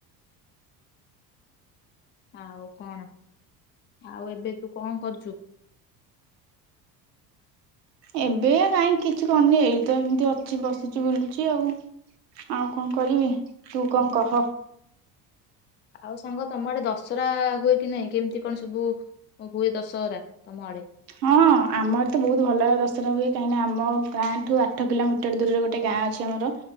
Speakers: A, on the left; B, on the right.
A: ଆଉ କଣ ଆଉ ଏବେ ତୁ କଣ କରୁଛୁ?
B: ଏବେ ଆ କାହିଁକି କିଛି କରୁନି ଏଇ ତ ଏମିତି ଅଛି ବସିଛି ବୁଲୁଛି ଆଉ। ଆଉ କଣ କରିବି ତୁ କଣ କହ।
A: ଆଉ ସାଙ୍ଗ ତମ ଆଡେ ଦଶହରା ହୁଏ କି ନାଇଁ କେମିତି କଣ ସବୁ ହୁଏ ଦଶହରା ତମ ଆଡେ?
B: ହଁ ଆମର ତ ବହୁତ ଭଲ ଦଶରା ହୁଏ କାହିଁକି ନା ଆମ ଗାଁ ଠୁ ଆଠ କିଲୋମିଟର ଦୂରରେ ଗୋଟେ ଗାଁ ଅଛି ଆମର